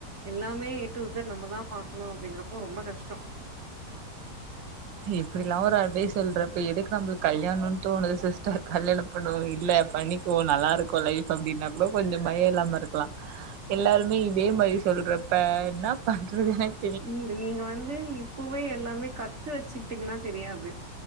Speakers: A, on the right; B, on the right.
A: எல்லாமே ஏ டு இசட் நம்ம தா பாக்கணு அப்டிங்கிறப்போ ரொம்ப கஷ்டோ
B: இப்டிலா ஒரு அட்வைஸ் சொல்ற இப்ப எதுக்கு நம்பளுக்கு கல்யாணோன் தோணுது சிஸ்டர் கல்யாண பண்ணுவோ இல்ல பண்ணி போ நல்லா இருக்கு லைஃப் அப்டின்னா கூட கொஞ்சோ பய இல்லாம இருக்கலா எல்லாருமே இதே மாரி சொல்றப்ப என்ன பண்றது எனக்
A: <inaudible> நீங்க வந்து இப்பவே எல்லாமே கத்து வச்சுக்கிட்டீங்கன்னா தெரியாது